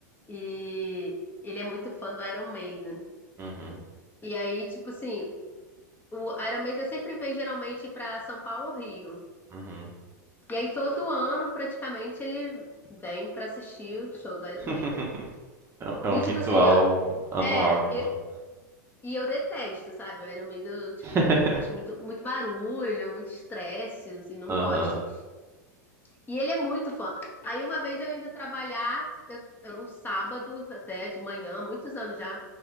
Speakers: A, on the left (about 20°); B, on the right (about 25°).
A: E ele é muito fã do Iron Maiden.
B: Uhum,
A: E aí, tipo assim, o Iron Maiden sempre vem geralmente pra São Paulo ou Rio.
B: uhum.
A: E aí todo ano, praticamente, ele vem pra assistir o show do Iron
B: <laughs>
A: Maiden.
B: É um é um
A: E
B: ritual
A: tipo assim, eu
B: anual,
A: é,
B: então.
A: eu- e eu detesto, sabe? O Iron Maiden, tipo,
B: <laughs>
A: acho muito muito barulho, muito estresse, assim, não
B: Aham.
A: gosto. E ele é muito fã. Aí uma vez eu indo trabalhar, eu, era um sábado até de manhã, muitos anos já.